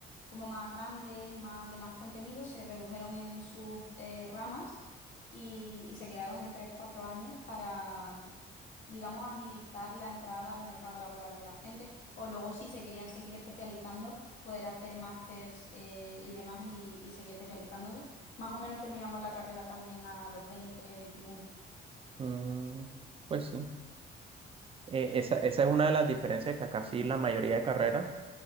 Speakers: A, on the left (about 75°); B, on the right (about 30°).
A: como más grandes, más de más contenido, se redujeron en sus eh, ramas y, y se quedaron en tres cuatro años para, digamos, agilizar la entrada al mercado laboral de la gente o luego si se querían seguir especializando, poder hacer másters eh, y demás y, y seguir especializándose. Más o menos terminamos la carrera también a los veinte veintiuno
B: mm, pues sí. Eh, esa, esa es una de las diferencias que acá sí la mayoría de carreras.